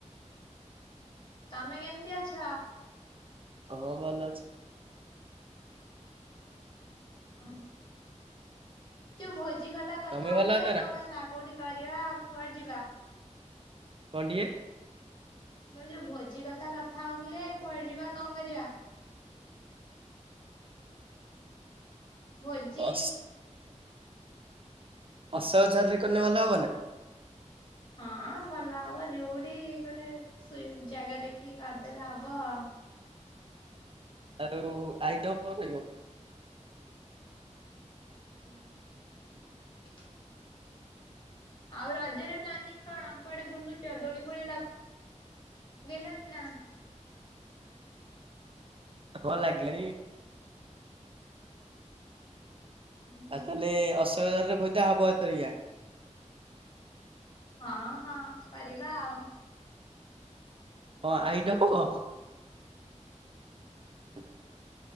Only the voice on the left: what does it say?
ତମେ କେମ୍ତି ଅଛ?
<inaudible> ଯଉ ଭୋଜି କଥା- କଥା
ହଉଥିଲେ
କଣ ହେଲା କଉଠି କରିବା ଆଉ କୁଆଡେ ଯିବା?
ମୁଁ କହିଲି ଯଉ ଭୋଜି କଥା- କଥା ହଉଥିଲେ କୁଆଡେ ଯିବା କଣ କରିବା? ଭୋଜି
ହଁ ଭଲ ହବ ଯଉଠି ଗୋଟେ ଜାଗା ଦେଖିକି କରିଦେଲେ ହବ ଆଉ।
ହ ଆଉ ରଜରେ ପ୍ଲାନିଂ କଣ କୁଆଡେ ବୁଲୁଚ ଦୋଳି ଫୋଳି ଲ ଦେଲଣି ନା?
ହୁଁ।
ହଁ -ହଁ କରିବା ଆଉ।